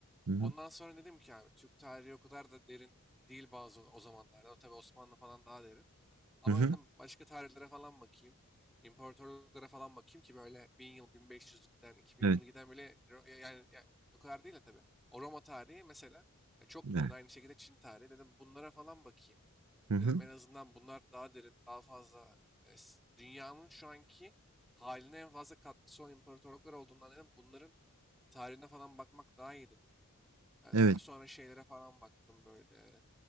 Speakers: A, on the right; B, in the centre.
A: Hı hı.
B: Ondan sonra dedim ki yani Türk tarihi o kadar da derin değil bazı o zamanlarda. o Tabii Osmanlı falan daha derin. Ama
A: Hı hı.
B: dedim başka tarihlere falan bakayım. İmparatorluklara falan bakayım ki böyle 1000 yıl, bin beş yüzden iki bin
A: Evet.
B: yıl giden böyle Ro- ya- yani, o kadar değil de tabii. O Roma tarihi mesela ya çok
A: Var.
B: derin. Aynı şekilde Çin tarihi. Dedim bunlara falan bakayım.
A: Hı hı.
B: Dedim en azından bunlar daha derin, daha fazla e, s- dünyanın şu anki haline en fazla katkısı olan imparatorluklar olduğundan dedim bunların tarihine falan bakmak daha iyi dedim. Ha,
A: Evet.
B: tabii sonra şeylere falan baktım böyle.